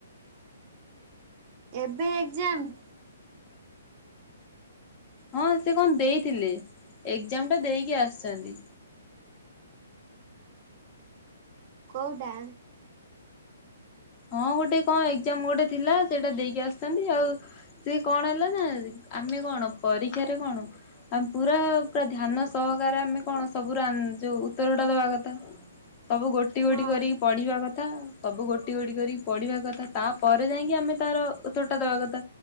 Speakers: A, on the right; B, on the left.
A: ଏବେ ଏକ୍ଜାମ
B: ହଁ ସେ କଣ ଦେଇଥିଲେ ଏକ୍ଜାମ ଟା ଦେଇକି ଆସିଛନ୍ତି।
A: କୋଉଡା
B: ହଁ ଗୋଟେ କଣ ଏଜାମ ଗୋଟେ ଥିଲା ସେଇଟା ଦେଇକି ଆସିଛନ୍ତି ଆଉ ସେି କଣ ହେଲା ନା ଆମେ କଣ ପରୀକ୍ଷାରେ କଣ ଆ ପୁରା ପୁରା ଧ୍ୟାନ ସହକାରେ ଆମେ କଣ ସବୁ ଯୋଉ ଉତ୍ତର ଟା ଦବା କଥା ସବୁ ଗୋଟି ଗୋଟି
A: ହଁ
B: କରିକି ପଢିବା କଥା। ସବୁ ଗୋଟେ। ଟିଗଟି କରିକି ପଢିବା କଥା ତାପରେ ଯାଇକି ଆମେ ତାର ଉତ୍ତର ଟା ଦବା କଥା